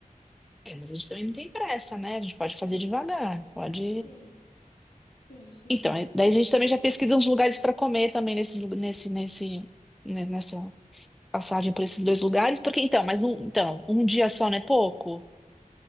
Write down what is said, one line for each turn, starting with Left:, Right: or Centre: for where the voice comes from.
Centre: É, mas a gente também não tem pressa, né? A gente pode fazer devagar, pode.
Left: Sim, sim, sim.
Centre: Então, é- daí a gente também já pesquisa uns lugares para comer também nesses, lu- nesse, nesse, né, nessa passagem por esses dois lugares, porque então, mas um, então, um dia só não é pouco?